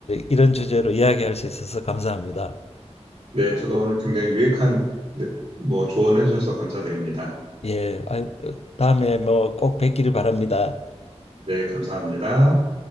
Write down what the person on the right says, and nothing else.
네, 저도 오늘 굉장히 유익한 네, 뭐 조언해 주셔서 감사드립니다.
네, 감사합니다.